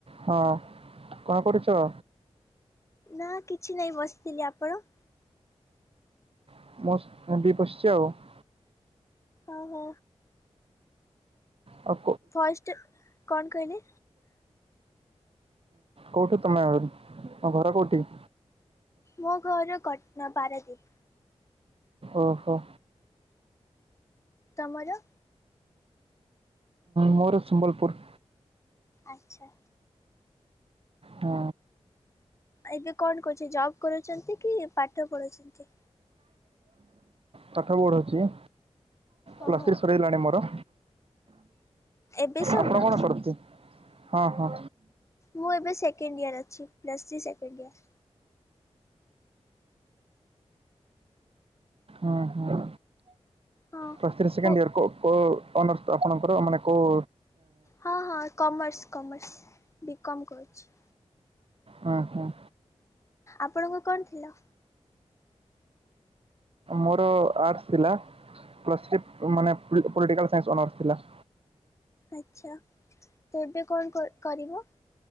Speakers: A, on the right; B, on the left.
A: ହଁ କଣ କରୁଛ?
B: ନା କିଛି ନାଇଁ ବସିଥିଲି ଆପଣ?
A: <unintelligible>
B: ହଉ ହଉ।
A: <unintelligible>
B: ଭଏସଟା କଣ କହିଲେ
A: କୋଉଠି ତମେ ଆହୁରି ତମ ଘର କୋଉଠି? <inaudible>
B: ମୋ ଘର କଟଣା ପାରାଦ୍ୱୀପ।
A: ଓହୋ।
B: ତମର?
A: ମୋର ସମ୍ବଲପୁର।
B: ଆଚ୍ଛା।
A: ହଁ,
B: ଏବେ କଣ କରୁଛି ଜବ କରୁଛନ୍ତି କି ପାଠ ପଢୁଛନ୍ତି?
A: ପାଠ ପଢୁଛି ପ୍ଲସ୍
B: ଓହୋ
A: ଥ୍ରି ସରିଗଲାଣି ମୋର।
B: ଏବେ ସରିଲା?
A: ଆପଣ କ'ଣ କରନ୍ତି ହଁ ହଁ
B: ମୁଁ ଏବେ ସେକେଣ୍ଡ ଇୟର ଅଛି ପ୍ଲସ୍ ଥ୍ରି ସେକେଣ୍ଡ ଇୟର।
A: ଉଁ ହୁଁ
B: ହଁ
A: ପ୍ଲସ ଥ୍ରି ସେକେଣ୍ଡିୟର
B: କୁ
A: କୋ କୋ ଅନର୍ସ ଆପଣଙ୍କର ମାନେ କୋଉ
B: ହଁ ହଁ କମର୍ସ କମର୍ସ ବିକମ୍ କରୁଛି।
A: ଉଁ ହୁଁ।
B: ଆପଣଙ୍କୁ କଣ ଥିଲ।
A: ମୋର ଆର୍ଟସ୍ ଥିଲା। ପ୍ଲାସ ଥ୍ରି ମାନେ ପଲ୍ଟିକାଲ ସାଇନ୍ସ ଅନର୍ସ ଥିଲା।
B: ଆଛା ତ ଏବେ କଣ କ କରିବ।